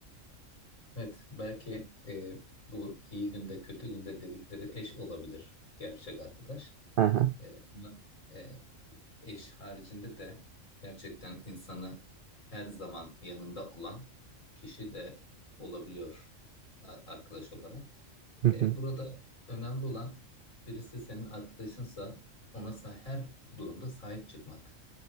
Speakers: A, on the left; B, on the right.
A: Evet, belki e, bu iyi günde kötü günde dedikleri eş olabilir gerçek arkadaş.
B: Aha.
A: E, ama, e, eş haricinde de gerçekten insanı her zaman yanında olan kişi de olabiliyor a- arkadaş olarak.
B: Hı hı.
A: E, burada önemli olan birisi senin arkadaşınsa ona sa- her durumda sahip çıkmak.